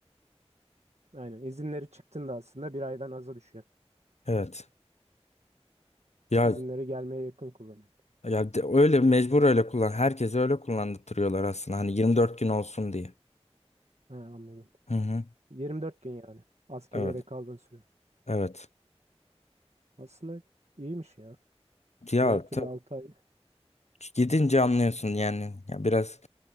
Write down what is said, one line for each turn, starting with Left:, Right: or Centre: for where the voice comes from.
Right: Aynen izinleri çıktığında aslında bir aydan aza düşüyor.
Left: Evet. Ya
Right: İzinleri gelmeye yakın kullanıyor.
Left: ya de- öyle mecbur öyle kullan. Herkese öyle kullandırıyorlar aslında. Hani 24 gün olsun diye.
Right: Ha, anladım.
Left: Hı hı.
Right: 24 gün yani. Askeriyede
Left: Evet.
Right: kaldığın süre.
Left: Evet.
Right: Aslında iyiymiş ya.
Left: Ya
Right: Diğer türlü
Left: tab-
Right: 6 ay
Left: gidince anlıyorsun yani. Ya biraz